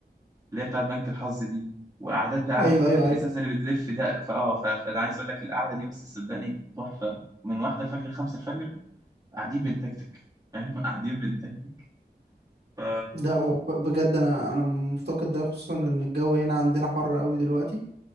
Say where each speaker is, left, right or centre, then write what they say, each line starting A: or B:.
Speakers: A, on the right (about 20°); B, on the right (about 70°).
A: اللي هي بتاعت بنك الحظ دي وقعدات بقى عارف
B: ايوه
A: انت
B: ايوه
A: الإزازة
B: عارف
A: اللي بتلف ده فاه ف... فأنا عايز أقول لك القعدة دي بس صدقني تحفة من واحدة الفجر لخمسة الفجر قاعدين بنتكتك فاهم <laughs> قاعدين بنتكتك ف...
B: لا هو ب- بجد انا انا مفتقد ده خصوصا ان الجو هنا عندنا حر قوي دلوقتي